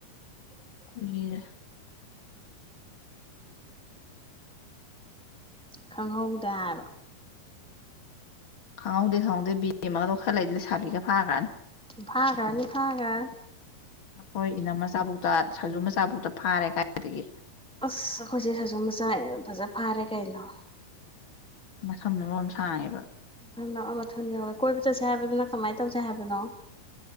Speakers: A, on the left; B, in the centre.
A: ꯀꯏꯔ
B: ꯈꯪꯍꯧꯗ ꯍꯥꯏꯕ
A: ꯈꯪꯍꯧꯗꯦ ꯈꯪꯍꯧꯗꯦ ꯕꯤꯦꯝꯃꯒꯗꯣ ꯈꯔꯂꯗꯤ ꯂꯩ ꯁꯥꯕꯤꯒ ꯐꯥꯈ꯭ꯔꯅꯤ
B: ꯐꯥꯒꯔꯅꯤ ꯐꯥꯒꯠ
A: ꯑꯩꯈꯣꯏ ꯏꯅꯝ ꯃꯆꯥꯕꯨꯛꯇ ꯁꯖꯨ ꯃꯆꯥꯕꯨꯛꯇ ꯐꯥꯔꯦ ꯀꯥꯏꯗꯒꯤ
B: ꯑꯁ ꯑꯩꯈꯣꯏꯁꯦ ꯁꯥꯖꯨ ꯃꯆꯥ ꯐꯖ ꯐꯥꯔꯦ ꯀꯩꯅꯣ
A: ꯃꯁꯝꯅꯝ ꯁꯥꯡꯉꯦꯕ
B: ꯃꯊꯗ ꯑꯃꯊ ꯌꯧꯋꯦ ꯀꯣꯏꯕ ꯆꯠꯁꯦ ꯍꯥꯏꯕꯗꯨꯅ ꯀꯃꯥꯏꯅ ꯇꯧꯁꯦ ꯍꯥꯏꯕꯅꯣ